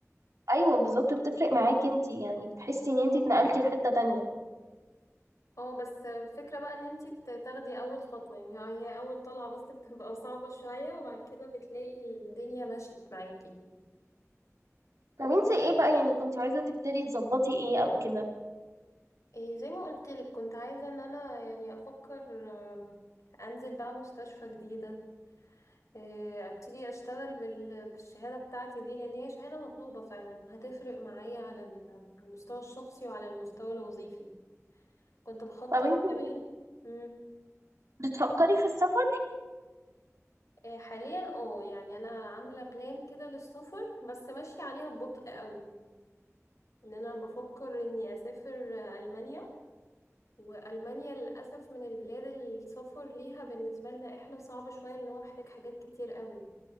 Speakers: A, on the right; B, on the left.
A: أيوة بالظبط بتفرق معاكي انتي يعني بتحسي إن انتي اتنقلتي لحتة تانية
B: اه بس الفكرة بقى إن أنتي ت- تاخدي أول خطوة يعني هي هي أول طلعة بس بتبقى صعبة شوية وبعد كده بتلاقي الدنيا مشيت معاكي
A: طب انتي ايه بقى يعني كنت عايزة تبتدي تظبطي ايه أو كده
B: إيه زي ما قلت لك كنت عايزة ان انا يعني افكر آه، انزل بقى مستشفى جديدة آه، ابتدي اشتغل بال- بالشهادة بتاعتي دي لان هي شهادة مطلوبة فعلا هتفرق معايا على ال- المستوى الشخصي وعلى المستوى الوظيفي كنت بخطط
A: طب انتي
B: كمان مم.
A: بتفكري في السفر
B: آه، حاليا اه يعني انا عاملة بلان كده للسفر بس ماشية عليها ببطء قوي ان انا بفكر اني اسافر آه، المانيا وألمانيا للأسف من البلاد اللي السفر ليها بالنسبة لنا احنا صعب شوية لأن هو محتاج حاجات كتير قوي